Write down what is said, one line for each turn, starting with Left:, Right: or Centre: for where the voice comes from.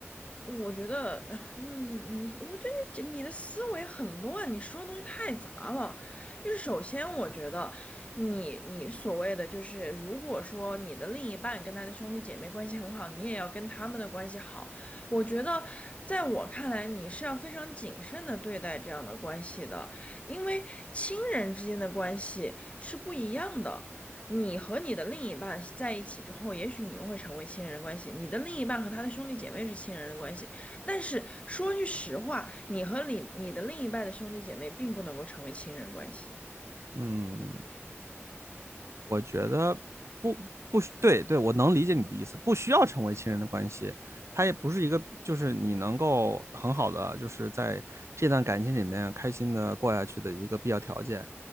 Left: 我觉得呃你你，我觉得你你的思维很乱，你说的东西太杂了。就是首先，我觉得你你所谓的就是，如果说你的另一半跟他的兄弟姐妹关系很好，你也要跟他们的关系好。我觉得，在我看来，你是要非常谨慎的对待这样的关系的，因为亲人之间的关系是不一样的。你和你的另一半在一起之后，也许你们会成为亲人关系，你的另一半和他的兄弟姐妹是亲人的关系，但是说句实话，你和你你的另一半的兄弟姐妹并不能够成为亲人关系。
Right: 嗯，我觉得不不对对，我能理解你的意思，不需要成为亲人的关系，它也不是一个就是你能够很好的就是在这段感情里面开心的过下去的一个必要条件。